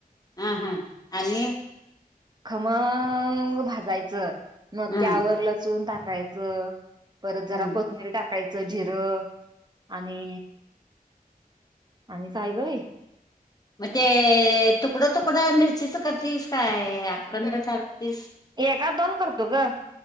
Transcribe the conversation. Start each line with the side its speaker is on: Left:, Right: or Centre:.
Left: हां हां आणि
Right: खमंग भाजायचं मग
Left: हं,
Right: त्यावर लसून टाकायचं परत जरा
Left: हं.
Right: कोथमिरी टाकायचं जिरं आणि आणि काय गं हे
Left: म ते तुकडं, तुकडं मिरचीच करतीस काय आखंड चारतीस?
Right: एकात दोन करतो ग.